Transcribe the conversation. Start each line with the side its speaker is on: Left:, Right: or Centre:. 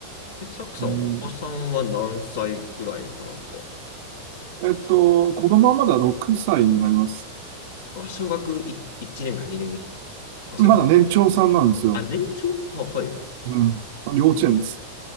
Left: え、サクさん、
Right: うん、
Left: お子さんは何歳くらいの子なんですか
Right: えっと、子供はまだ6歳になります。
Left: あ、小学1、一年か2年。あ、そういうこと。
Right: まだ年長さんなんですよ。
Left: あ、年長は、はい。
Right: うん。幼稚園です。